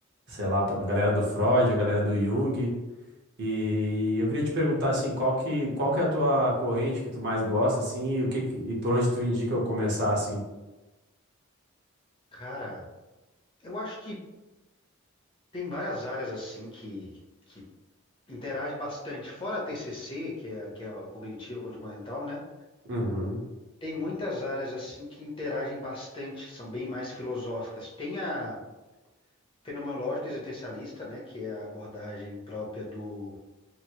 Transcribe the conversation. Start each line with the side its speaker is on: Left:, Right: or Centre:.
Right: sei lá, a galera do Freud, a galera do Jung. E eu queria te perguntar, assim, qual que, qual que é a tua corrente que tu mais gosta, assim, e, o que, que- e por onde tu indica eu começar, assim?
Left: Cara, eu acho que tem várias áreas assim que, que interagem bastante. Fora a TCC, que é, que é a cognitiva comportamental, né?
Right: Uhum.
Left: Tem muitas áreas assim que interagem bastante, são bem mais filosóficas. Tem a fenomenológica existencialista, né? Que é a abordagem própria do,